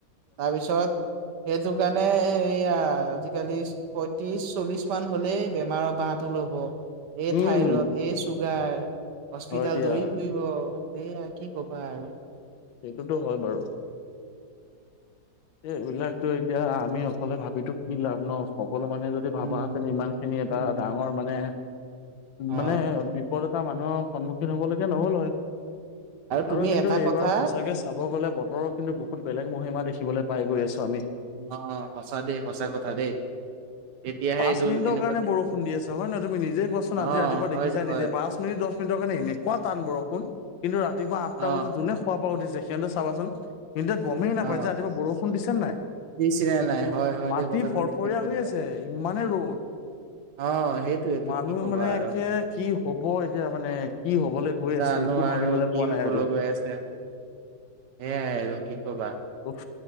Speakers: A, on the right (about 70°); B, on the left (about 80°).
A: তাৰপিছত সেইটো কাৰণে এ এয়া আজিকালি। ত্ৰিশ চল্লিশ মান হলেই বেমাৰৰ বাঁহটো ল'ব এই
B: উম,
A: থাইৰইড এই চুগাৰ। হস্পিতাল
B: হয় দিয়া
A: দৌৰি ফুৰিব এইয়া কি কবা আৰু।
B: সটোতো হয় বাৰু। এই এইবিলাকতো এতিয়া আমি অকলে ভাবো কি লাভ ন। সকলো মানুহে যদি
A: উম
B: ভাবাহেতেন ইমান খিনি এটা
A: উম
B: ডাঙৰ মানে
A: অ
B: মানে বিপদত। এটা মানুহৰ সন্মুখীন হ'বলৈকে নহ'ল হয়।
A: তুমি
B: আৰু কিন্তু
A: এটা
B: এইবাৰ
A: কথা
B: সঁচাকে চাব গ'লে বতৰো কিন্তু বহুত বেলেগ মহিমা দেখিবলৈ। পাই গৈ আছো আমি।
A: অ সঁচা দেই সঁচা কথা দেই। তেতিয়াহে
B: পাঁচ
A: এইটো
B: মিনিট
A: এনেকুৱা
B: কাৰে বৰষুণ দি আছে হয় নহ তুমি নিজে কোৱাচোন
A: অ
B: আজি ৰাতিপুৱা
A: হয়
B: দেখছ
A: দে হয়
B: নিজে পাঁচ মিনিট দ। ৰ কাৰণে এনেকুৱা টান বৰষুণ কিন্তু ৰাপুৱা আটা
A: অ
B: বজাত যোনে খোৱা বোৱা উঠিছে সিহঁতে চাবাচোন। কিন্তু এ গমেই নাপায়
A: অ
B: যে ৰাতিপুৱা বৰষুণ দিছে নাই।
A: দিছিলে নাই হয় হয়
B: মাটি
A: দেই কথাটো
B: ফৰফৰীয়া
A: তুমি ঠিক কৈছা
B: হৈ আছে ইমানে ৰ'দ।
A: অ সেইটোয়েটো
B: মানুহ
A: কি কবা
B: মানে
A: আৰু
B: একে কি হ'ব এতিয়া মানে কি। হবলৈ গৈ
A: জানো
B: আছে একো
A: আৰু
B: ভাবিবলৈ
A: কি
B: পোৱা
A: হবলৈ
B: নাই আৰু
A: গৈ আছে। এ আৰু কি কবা।
B: উফ